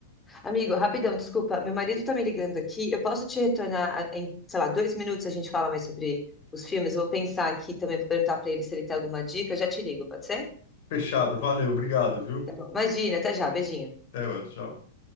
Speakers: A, on the left; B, on the left.
A: Amigo, rapidão, desculpa. Meu marido tá me ligando aqui. Eu posso te retornar a- em, sei lá, dois minutos a gente fala mais sobre os filmes. Eu vou pensar aqui também, vou perguntar pra ele se ele tem alguma dica. Eu já te ligo, pode ser?
B: Fechado, valeu, obrigado, viu?
A: Tá bom. Imagina, até já. Beijinho.
B: Até outro, tchau.